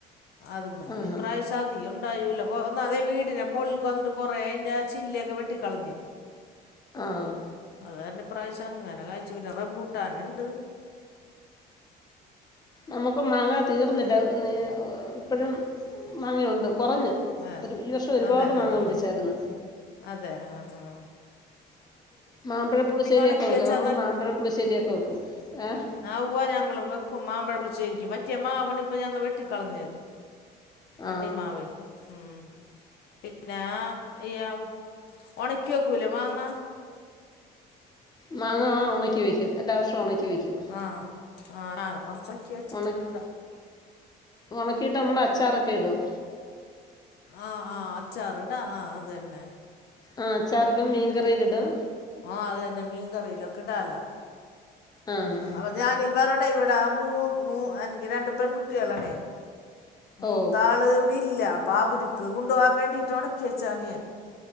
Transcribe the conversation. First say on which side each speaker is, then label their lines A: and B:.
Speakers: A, on the left; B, on the left.
A: അത് മേല്
B: ആ
A: ഇ
B: ഹാ
A: പ്രാവശ്യം അത് <unintelligible> ഉണ്ടായൂല്ലാ <unintelligible> അതെയ് വീടിനെ മോൾക് വന്ന് ട്ട് കൊറേ അയിന്റെ ചില്ലയൊക്കെ വെട്ടി കളഞ്ഞി
B: ആഹ്
A: അത് കാരണം ഇ പ്രാവശ്യം അങ്ങനെ കായ്ച്ചൂല്ല റംമ്പൂട്ടന് ണ്ട്
B: നമുക്ക് മാങ്ങാ തീർന്നില്ല ഇപ്പോഴും മാങ്ങയുണ്ട് കോറഞ്
A: ആ
B: ഒരു ഈ വർഷം ഒരുപാട്
A: അതെ
B: മാങ്ങ
A: ആ
B: പിടിച്ചായിര്ന്ന്
A: ആ അതെ ആഹ് ആഹ്
B: മാമ്പഴ പുളിശ്ശേരിയൊക്കെ
A: ഉണക്കി
B: വെക്കും
A: വെച്ചാ
B: നമ്മള് മാമ്പഴ പുളിശ്ശേരിയൊക്കെ വെക്കും ഏഹ്
A: ആഹ് ഉവ്വാ ഞങ്ങളും വെക്കും മാമ്പഴ പുളിശ്ശേരിക്ക് പറ്റിയ മാവണ് ഇപ്പ ഞങ്ങ വെട്ടി കളഞ്ഞെ കണ്ണിമാവ്
B: ആ
A: ഉം പിന്നാ യാം ഉണക്കി വെക്കൂലെ മാങ്ങാ
B: മാങ്ങ ആഹ് ഒണക്കി വയ്ക്കും എല്ലാ വർഷവും ഒണക്കി വയ്ക്കും
A: ആഹ് ആടാണ് കോറച്ചൊൻക്കി വെച്ചിട്ടുണ്ട്
B: ഉണക്കി
A: വിട
B: ഉണക്കിയിട്ട് നമ്മൾ അച്ചാറൊക്കെ ഇടും
A: ആഹ് ആഹ് അച്ചാറ്ടാ ആഹ് അതന്നെ
B: ആഹ് അച്ചാർ ഇടും മീൻ കറിയില് ഇടും
A: ആഹ് അതന്നെ മീൻ കറീലൊക്കെ ഇടാലോ
B: ആ ഹാ ഹാ
A: അപ്പൊ ഞാനീ പറണേ ഇവിട ആഹ് മൂ മൂന് എനിക്ക് രണ്ട് പെൺകുട്ടികളാണേ മൂത്താള്
B: ഓ
A: ഇവിടെ ഇല്ല അപ്പ അവര് ക്ക് കൊണ്ടു പോവാൻ വേണ്ടിട്ട്ണക്കി വെച്ചയാണ് ഞാൻ